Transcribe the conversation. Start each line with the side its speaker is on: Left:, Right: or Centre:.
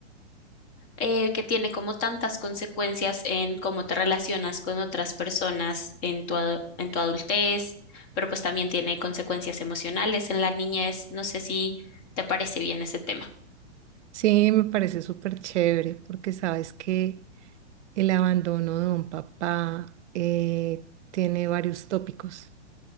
Left: eh, que tiene como tantas consecuencias en cómo te relacionas con otras personas en tu, adu- en tu adultez, pero pues también tiene consecuencias emocionales en la niñez. No sé si te parece bien ese tema,
Right: Sí, me parece súper chévere porque sabes que el abandono de un papá eh, tiene varios tópicos,